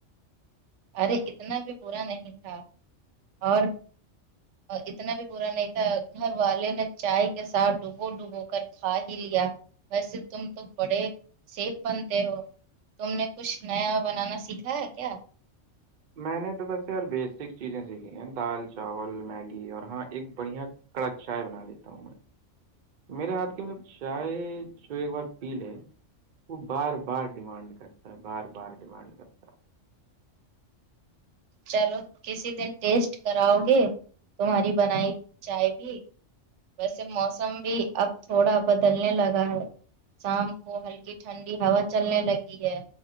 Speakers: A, on the right; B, on the right.
A: ارے اتنا بھی برا نہیں تھا اور
B: <unintelligible>
A: اتنا بھی برا نہیں تھا گھر والے نے چائے کے ساتھ ڈوبو ڈوبو کر کھا ہی لیا ویسے تم تو بڑے سیف بنتے ہو تم نے کچھ نیا بنانا سیکھا ہے کیا
B: میں نے تو بس یار بیسک چیزیں سیکھی ہیں دال چاول میگی اور ہاں ایک بڑھیا کڑک چائے بنا لیتا ہوں میں میرے ہاتھ کے اندر چائے جو ایک بار پی لے وہ بار بار ڈیمانڈ کرتا ہے بار بار ڈیمانڈ کرتا ہے
A: چلو کسی دن ٹیسٹ کراؤ گے تمہاری بنائی چائے بھی ویسے موسم بھی اب تھوڑا بدلنے لگا ہے شام کو ہلکی ٹھنڈی ہوا چلنے لگی ہے